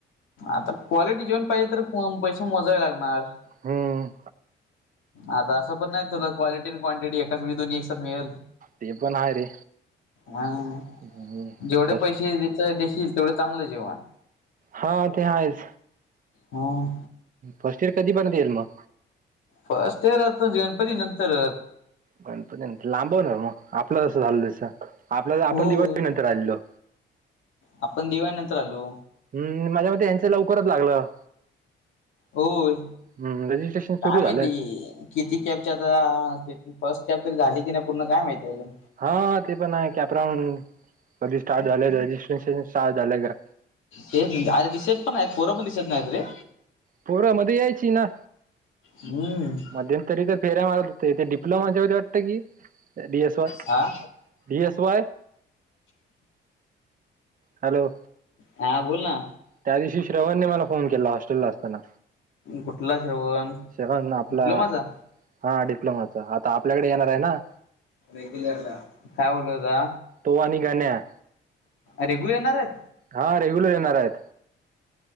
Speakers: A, on the left (about 80°); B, on the right (about 45°).
A: आता क्वालिटी जेऊन पाहिजे तर पैसे मोजावे लागणार.
B: हम.
A: आता असं पण नाही तुला क्वालटी आणि क्वांटिटी एकाची दोन्ही एकसात मिळेल.
B: ते पण आहे रे.
A: ह
B: हं,
A: जेवढे
B: फस्ट
A: पैसे. देखील तेवढं चांगलं जेवण.
B: हा ते आहेा आहेच
A: ह
B: फर्स्ट इर कधी पण येईल मग.
A: फर्स्ट ए राहतो जेवणपरी नंतर.
B: गणपती लांबवणार मग आपलंसं झालं तसं. आपल्या तर आपण
A: होय
B: दिवाळी नंतर आलेलो.
A: आपण दिवाळी नंतर आलो
B: हम् माझ्या मते यांचं लवकरच लागलं.
A: होय
B: हं, रजिस्ट्रेशन
A: काय
B: सुरू झालंय.
A: माहिती किती कॅबच्या आता फर्स्ट कॅब तरी झाली की नाही पूर्ण काय माहिती अजून
B: हा ते पण आहे की अपरांड कधी स्टार्ट झालंय रजिस्ट्रेशन स्टार्ट झालंय का?
A: तेच म्हणे अरे दिसत पण आहेत पोरं पण दिसत नाहीत रे.
B: पोर मध्ये यायची ना.
A: ह.
B: मध्यंतरी तर फेऱय मारत ते डिप्लोमाच्याध्ये वाटतं की एस वाय
A: हा
B: डी एस वाय. हॅलो
A: हा बोल ना.
B: त्या दिवशी श्रवणने मला फोन केला हॉस्टेलला असताना
A: कुठला श्रवण
B: शग ना आपला
A: डिप्लोमाचा.
B: हा डिप्लोमा अच् आता आपल्याकडे येणार आहे ना.
A: ेगुल काय बोलू होता.
B: होवानी गाण्या्या.
A: रेग्युल येणार आहेत.
B: हा रेग्युलर येणार आहेत.